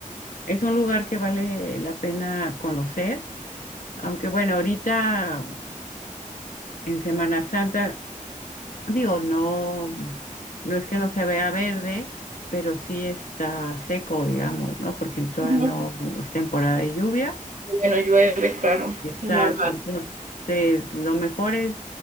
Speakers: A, on the left (about 75°); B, on the right (about 65°).
A: es un lugar que vale la pena conocer, aunque bueno, ahorita en Semana Santa Digo, no, no es que no se vea verde, pero sí está seco, digamos, ¿no? Porque todavía
B: ujú,
A: no es temporada de lluvia.
B: bueno, llueve, claro,
A: Exacto.
B: es normal.
A: Entonces, lo mejor es